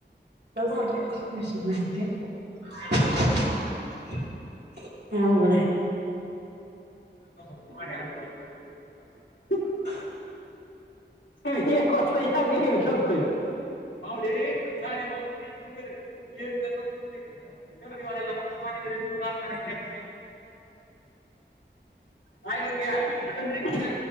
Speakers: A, on the right; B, on the left.
A: झालं आताशी हा अवघड हाय
B: <inaudible>
A: <inaudible>
B: एक होतंय आणि थांबताय पावडे साडे नऊ ला टी सोडून गेलोय डबडी वाल्याला फक्त पाणी दिलंय पलिकड